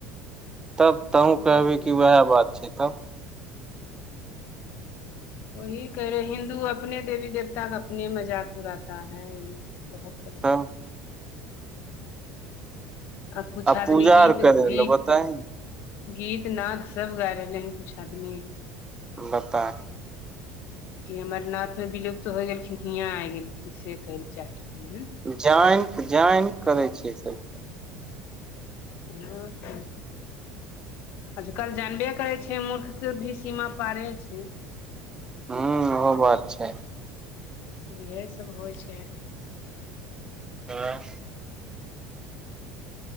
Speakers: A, on the right; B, on the left.
A: तब तहुूँ
B: पूरा
A: कहबै
B: बन
A: कि वएह बात छै तब
B: वही कहै रहै हिन्दू अपने देवी देवताक अपने मजाक उड़ाता है इ सब कहब पड़े
A: तब
B: आ कुछु आदमी
A: पूजा
B: गीत
A: आर करे
B: गीत
A: ल बताही
B: गीत नाद सब गाय रहले हैं कुछ आदमी।
A: बता
B: कि अमरनाथ मे विलुप्त होय गेलखिन हियाँ आ गेलखिन से कहै लए चाहे रहथि ह
A: जान जान करै छियै स
B: <unintelligible> आजकल जानबे करै छै मूर्ख के भी सीमा पारे छै।
A: हू ओहो बात छै।
B: इएह सब होइ छै आर।
A: त